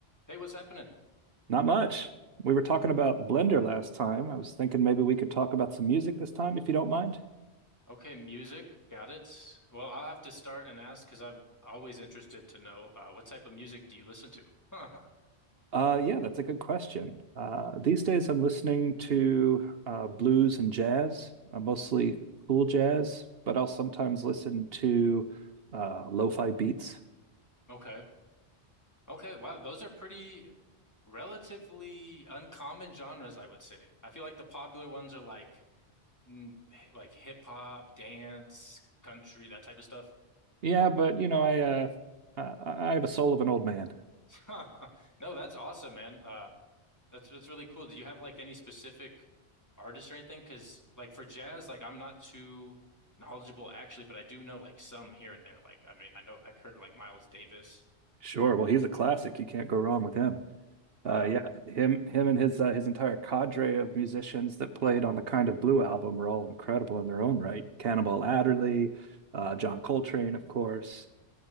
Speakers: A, on the left (about 15°); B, on the right (about 65°).
A: Hey, what's happening?
B: Not much. We were talking about Blender last time. I was thinking maybe we could talk about some music this time, if you don't mind.
A: Okay, music, got it. Well, I'll have to start and ask because I'm always interested to know uh, what type of music do you listen to? <laughs>
B: Uh, yeah, that's a good question. Uh, these days I'm listening to uh, blues and jazz, uh, mostly cool jazz, but I'll sometimes listen to uh, lo-fi beats.
A: Okay. Okay, wow, those are pretty relatively uncommon genres, I would say. I feel like the popular ones are like mm, like hip hop, dance, country, that type of stuff.
B: Yeah, but you know, I uh, I I have a soul of an old man.
A: <laughs> No, that's awesome, man. Uh, That's that's really cool. Do you have like any specific artist or anything? Because like for jazz, like I'm not too knowledgeable actually, but I do know like some here and there. Like I mean, I know I've heard of like Miles Davis.
B: Sure. Well, he's a classic. You can't go wrong with him. Uh,
A: Yeah.
B: yeah, him, him, and his uh, his entire cadre of musicians that played on the Kind of Blue album were all incredible in their own right. Cannonball Adderley, uh, John Coltrane, of course.